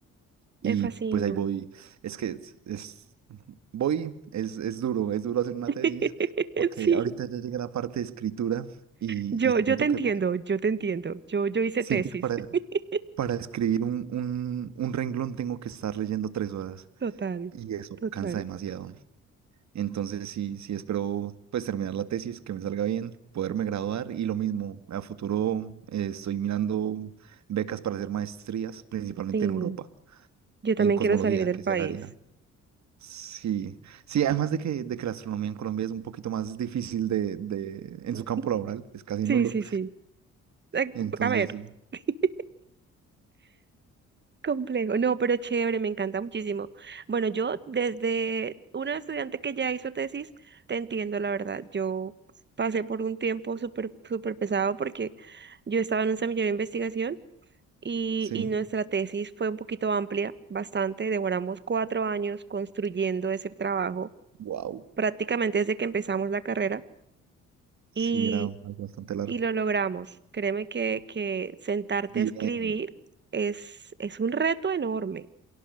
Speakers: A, on the right; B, on the right.
A: Y
B: Me fascina.
A: pues ahí voy. Es que es, es- voy, es, es duro, es duro hacer una
B: <laughs>
A: tesis, porque
B: Sí,
A: ahorita ya llega la parte de escritura y,
B: yo,
A: y siento
B: yo te entiendo,
A: que para,
B: yo te entiendo. Yo, yo hice
A: siento
B: tesis.
A: que para
B: <laughs>
A: Para escribir un, un, un renglón tengo que estar leyendo tres horas
B: Total,
A: y eso
B: total.
A: cansa demasiado. Entonces sí, sí espero pues terminar la tesis, que me salga bien, poderme graduar y lo mismo, a futuro eh, estoy mirando becas para hacer maestrías, principalmente
B: Sí,
A: en Europa,
B: yo también
A: en cosmología,
B: quiero salir del
A: que
B: país.
A: es el área. Sí, sí, además de que, de que la astronomía en Colombia es un poquito más difícil de, de,
B: <laughs>
A: en su campo laboral, es casi
B: Sí,
A: nulo.
B: sí, sí. Eh,
A: Entonces
B: A ver,
A: sí,
B: <laughs> complejo. No, pero chévere, me encanta muchísimo. Bueno, yo desde una estudiante que ya hizo tesis, te entiendo, la verdad. Yo pasé por un tiempo súper, súper pesado porque yo estaba en un semillero de investigación y,
A: sí,
B: y nuestra tesis fue un poquito amplia, bastante. Demoramos cuatro años construyendo ese trabajo,
A: wow,
B: prácticamente desde que empezamos la carrera.
A: sí,
B: Y,
A: era algo bastante largo.
B: y lo logramos. Créeme que, que sentarte
A: Bien,
B: a escribir es, es un reto enorme,